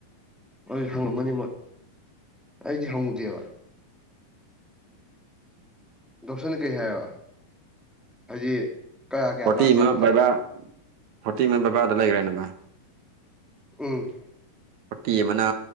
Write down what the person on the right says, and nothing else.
ꯐꯣꯔꯇꯤ
ꯑꯃ
ꯕꯩꯕꯥ ꯐꯣꯔꯇꯤ ꯑꯃ ꯕꯕꯥꯗ ꯂꯩꯒ꯭ꯔꯦꯅ ꯚꯥꯏ
ꯐꯣꯔꯇꯤ ꯑꯃꯅ